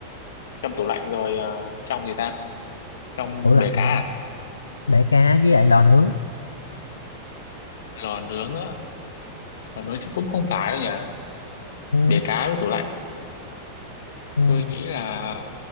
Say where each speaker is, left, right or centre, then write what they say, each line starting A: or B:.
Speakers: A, on the left; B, on the left.
A: trong tủ lạnh rồi ờ, trong gì ta trong
B: tủ lạnh
A: bể cá à
B: bể cá với lại lò nướng
A: lò nướng á lò nướng chắc cũng không phải đâu nhỉ
B: ừ,
A: bể cá với tủ lạnh
B: ừ.
A: tôi nghĩ là